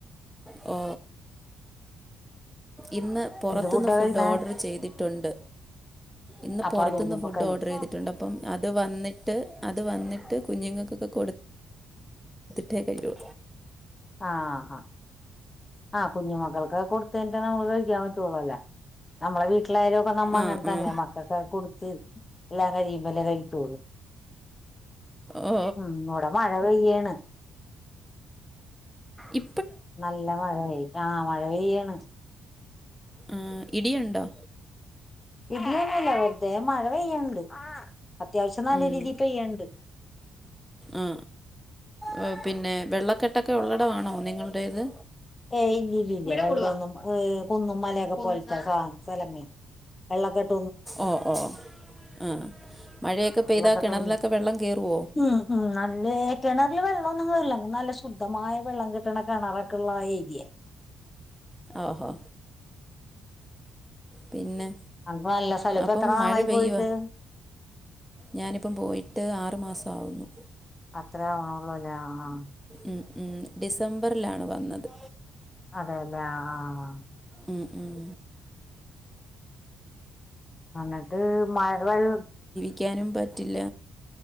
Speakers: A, in the centre; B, on the left (about 25°).
A: ഓ ഇന്ന് പുറത്തുന്ന്
B: എന്ത് ഫുഡാ
A: ഫുഡ്
B: കഴിക്കണേ
A: ഓർഡർ ചെയ്തിട്ടുണ്ട് ഇന്ന്
B: അപ്പൊ
A: പുറത്തുനിന്ന്
B: അത് വരുമ്പോ
A: ഫുഡ്
B: കഴിക്കും
A: ഓർഡർ ചെയ്തിട്ടുണ്ട് അപ്പം അത് വന്നിട്ട് അത് വന്നിട്ട് ട്ട് കുഞ്ഞുങ്ങൾക്കൊക്കെ കൊടുത്തിട്ടേ കുള്ളു
B: ആ ആ ആഹ് കുഞ്ഞു മക്കൾക്ക് കൊടുത്തട്ട നമ്മൾ കഴിക്കാൻ പറ്റുള്ളൂല്ലേ നമ്മളെ വീട്ട മള്ളാരും ഒക്കെ നമ്മ അങ്ങനെ
A: ആ
B: തന്നെ
A: ആ
B: മക്കൊക്കെ കൊടുത്ത് എല്ലാം കഴിയുമ്പോലേ കഴിക്കുള്ളൂ
A: ഓ
B: ഉം ഇവിടെ മഴ പെയ്യാണ്
A: ഇ്
B: നല്ല മഴയായി ആ മഴ പെയ്യാണ്
A: ആ ഇടി ഉണ്ടോ
B: ഇടന്നല്ല വെറുതെ മഴ പെയ്യണ്ട് അത്യാവശ്യം നല്ല
A: ഉം,
B: രീതി പെയ്യണ്ട്
A: ആ ആ പിന്നെ വെള്ളക്കെട്ടൊക്കെ ഉള്ളട ആണോ നിങ്ങളടേത്
B: ഏ ഇല്ല ഇല്ല ഇല്ല കൂടുതൊന്നും ഏ കുന്നും മലയൊക്കെ പോലത്തെ സ്ഥലങ്ങള വെള്ളക്കെട്ട
A: ഓ ഓ ആ മഴയൊക്കെ പെയ്താൽ
B: വെള്ളക്കെട്ടൊന്നില്ല
A: കിണറിലൊക്കെ വെള്ളം കയറുമോ
B: ആ ആ നല്ലേ കിണറില് വെള്ളമൊന്നുംല്ല നല്ല ശുദ്ധമായ വെള്ളം കിട്ടണ കിണറക്കെള്ള ആ ഏരിയൽ
A: ഓഹോ പിന്നെ
B: അപ്പ നല്ല സ്ഥലപ്പോ
A: അപ്പം
B: എത്ര നാളായി
A: മഴ പെയ്യുക
B: പോയിട്ട്
A: ഞാനിപ്പം പോയിട്ട് ആറു മാസമാവുന്നു
B: അത്രേ ആവ്ണുള്ളൂല്ലേ ആ ആ
A: ഉം ഉം ഡിസംബറിലാണ് വന്നത്
B: അതെല്ലേ ആ ആ ആ
A: ഉം ഉം
B: അന്നിട്ട് <unintelligible>
A: ക്കാനും പറ്റില്ല